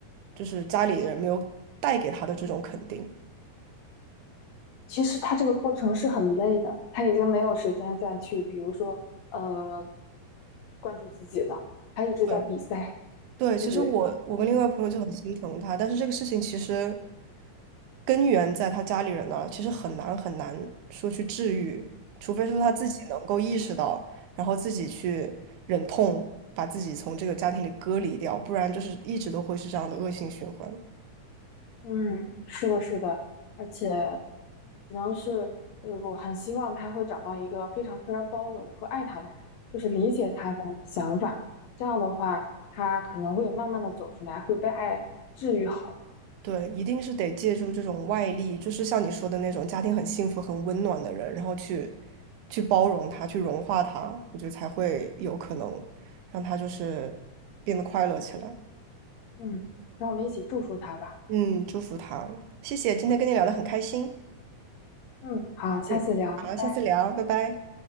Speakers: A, on the right; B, on the left.
A: 就是家里人没有带给他的这种肯定。
B: 其实他这个过程是很累的，他已经没有时间再去，比如说呃，关注自己了，他一直在比赛，
A: 对，对，其实我我跟另外朋友就很心疼他，
B: 对不对？
A: 但是这个事情其实根源在他家里人那儿，其实很难很难说去治愈，除非说他自己能够意识到，然后自己去忍痛把自己从这个家庭里隔离掉，不然就是一直都会是这样的恶性循环。
B: 嗯，是的，是的，而且只能是，呃，我很希望他会找到一个非常非常包容和爱他的人，就是理解他的想法。这样的话，他可能会慢慢的走出来，会被爱治愈好。
A: 对，一定是得借助这种外力，就是像你说的那种家庭很幸福、很温暖的人，然后去去包容他，去融化他，我觉得才会有可能让他就是变得快乐起来。
B: 嗯，让我们一起祝福他吧。
A: 嗯，祝福他，谢谢，今天跟你聊得很开心。
B: 嗯，好，下次聊，
A: 嗯，好，
B: 拜拜。
A: 下次聊，拜拜。